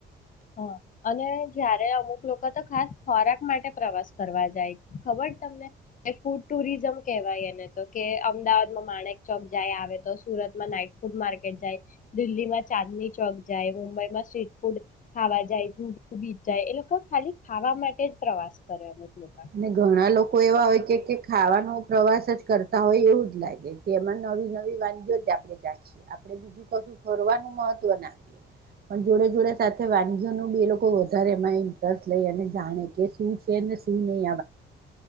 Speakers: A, on the left (about 40°); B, on the right (about 50°).
A: હ અને જયારે અમુક લોકો તો ખાસ ખોરાક માટે પ્રવાસ કરવા જાય ખબર તમને ફૂડ ટુરિઝમ કહેવાય એને તો કે અમદાવાદમાં માણેક ચોક જાય, આવે તો સુરતમાં નાઈટ ફૂડ માર્કેટ જાય, દિલ્હીમાં ચાંદની ચોક જાય, મુંબઈમાં સ્ટ્રીટ ફૂડ ખાવા જાય <unintelligible> બીજ જાય એ લોકો ખાલી ખાવા માટે જ પ્રવાસ કરે. લોકો
B: અને ઘણા લોક લોકો એવા હોય કે ખાવાનો પ્રવાસ જ કરતા હોય એવું જ લાગે કે એમાં નવી નવી વાનગીઓ જ આપણે ચાખીએ આપણે બીજું કશું ફરવાનું મહત્વ નાખીએ પણ જોડે જોડે સાથે વાનગીઓ ન બ લોકો વધારે એમાં ઇન્ટરેસ્ટ લઈ અને જાણે કે શું છેને શું <unintelligible> નવી